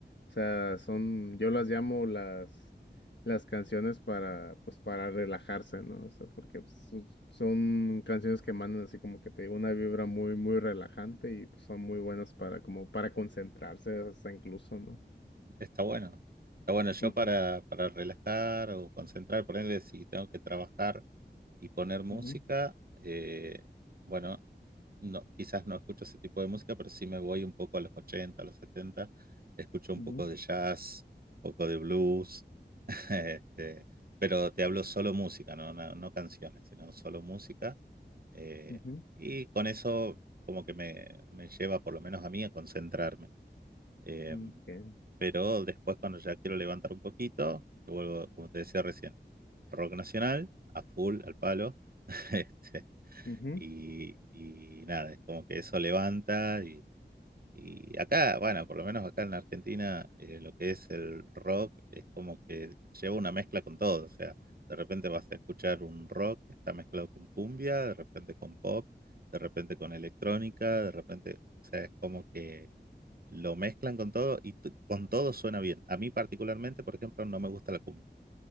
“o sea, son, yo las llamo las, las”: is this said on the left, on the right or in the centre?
Left